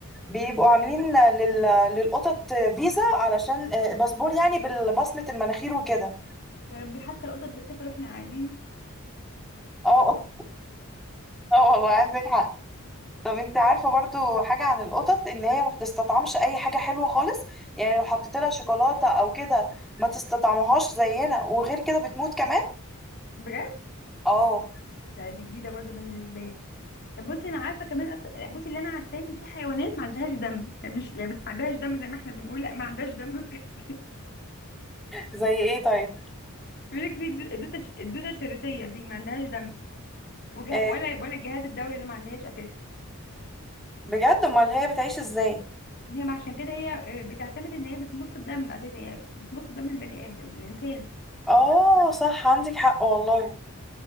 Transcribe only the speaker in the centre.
بيبقوا عاملين لل... للقطط فيزا علشان آه، باسبور يعني بالبصمة المناخير وكده
اه اه والله عندك حق طب انت عارفة برضو حاجة عن القطط ان هي ما بتستطعمش اي حاجة حلوة خالص يعني لو حطيت لها شوكولاتة او كده ما تستطعمهاش زينا وغير كده بتموت كمان
اه
زي ايه طيب
آه،
بجد امال هي بتعيش ازاي
اه صح عندك حق والله